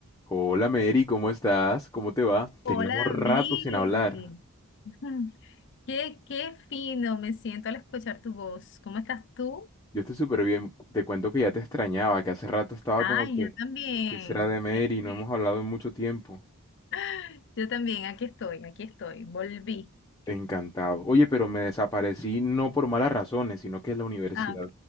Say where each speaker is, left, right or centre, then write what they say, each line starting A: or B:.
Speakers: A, on the left; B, on the left.
A: Hola Mary, ¿cómo estás? ¿Cómo te va?
B: Hola
A: Teníamos rato
B: David,
A: sin hablar.
B: <laughs> qué, qué fino me siento al escuchar tu voz. ¿Cómo estás tú?
A: Yo estoy súper bien. Te cuento que ya te extrañaba, que hace rato estaba
B: Ay,
A: como que,
B: yo también,
A: ¿qué será de Mary?
B: yo también.
A: No hemos hablado en mucho tiempo.
B: <laughs> Yo también, aquí estoy, aquí estoy, volví.
A: Encantado. Oye, pero me desaparecí no por malas razones, sino que la universidad
B: Ah, ok.